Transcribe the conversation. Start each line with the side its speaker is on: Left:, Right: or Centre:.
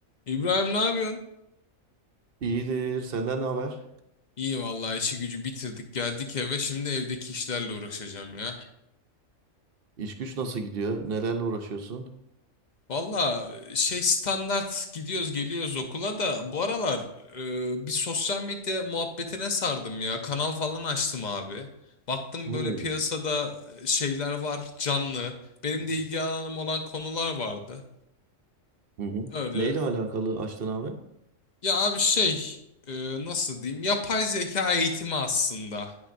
Left: İbrahim ne yapıyorsun?
Right: İyidir. Senden ne haber?
Left: İyi vallahi işi gücü bitirdik geldik eve şimdi evdeki işlerle uğraşacağım ya.
Right: İş güç nasıl gidiyor? Nelerle uğraşıyorsun?
Left: Valla şey standart gidiyoruz geliyoruz okula da bu aralar e, bir sosyal medya muhabbetine sardım ya. Kanal falan açtım abi. Baktım
Right: Hmm.
Left: böyle piyasada e, şeyler var canlı. Benim de ilgi alanım olan konular vardı.
Right: Hı hı.
Left: Öyle
Right: Neyle alakalı açtın abi? Hı
Left: Ya abi şey e, nasıl diyeyim yapay zeka eğitimi aslında.